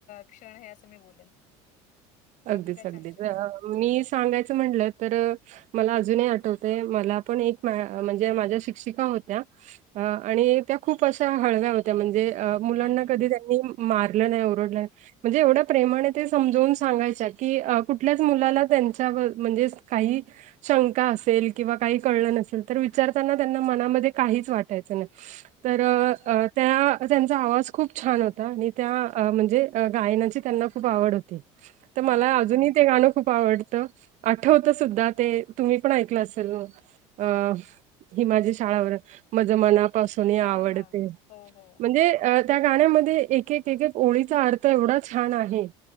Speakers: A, on the left (about 60°); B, on the right (about 55°).
A: क्षण आहे, असं मी बोलेन. अजून
B: अगदीच,
A: काय सांगशील
B: अगदीच. अ,
A: तू.
B: मी सांगायचं म्हणलं तर. मला अजूनही आठवत मला, पण एक म्हणजे माझ्या शिक्षिका होत्या. अ आणि त्या खूप अशा हळव्या होत्या. म्हणजे अ... मुलांना
A: हं, हं.
B: कधी त्यांनी मारलं नाही, ओरडल्या म्हणजे एवढं प्रेमाने ते समजवून सांगाय च्या की कुठल्याच मुलाला, त्यांच्या म्हणजेच काही. शंका असेल किंवा काही कळलं नसेल तर, विचारताना त्यांना मनामध्ये काहीच वाटायचं नाही. तर,
A: अच्छा.
B: त्या त्यांचा आवाज खूप छान होता आणि त्या म्हणजे गायनाची त्यांना खूप आवड होती.
A: हं,
B: मला
A: हं.
B: अजूनही ते गाणं खूप आवडतं, आठवतं सुद्धा ते तुम्ही पण ऐकलं असेल मग. अ ही माझी शाळावर, माझं मनापासूनही
A: हां,
B: आवडते.
A: हां. हो, हो.
B: म्हणजे अ त्या गाण्यामध्ये एक एक एक ओळीचा अर्थ एवढा छान आहे.